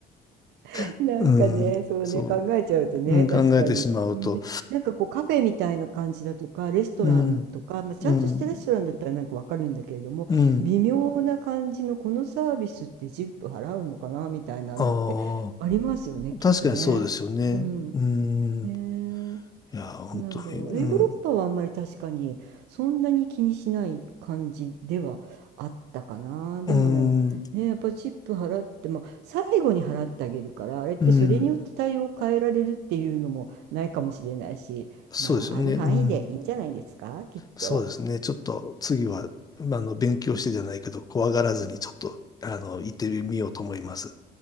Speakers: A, on the right; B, on the left.
A: <laughs>
B: <laughs>
A: なんかね、
B: うん、
A: そうね、
B: そ
A: 考えちゃうとね、
B: う、うん、
A: 確かに。
B: 考えてしまうと、
A: うんでなんかこうカフェみたいな感じだとか、レストランとか、
B: うん、
A: まあ、ちゃんとしたレストランだったらなんかわかるんだけれども、
B: うん、うん。
A: 微妙な感じのこのサービスってジップ払うのかなみたいなのってありますよね、
B: ああ、
A: きっとね。
B: 確かにそうですよね。
A: うん。
B: うん。
A: ねえ
B: いや本当に。
A: なんだろう、
B: うん、
A: え、ヨーロッパはあんまり確かにそんなに気にしない感じではあったかな。でもね、
B: うん、
A: やっぱチップ払っても最後に払ってあげるから、あれってそれによって対応を変えられるっていうのもないかもしれないし、
B: うん。そうですよね。
A: まあある範囲でいいんじゃないですか、
B: うん。
A: きっと。
B: そうですね。ちょっと次は、まああの、勉強してじゃないけど、怖がらずにちょっと、あの、行ってみようと思います。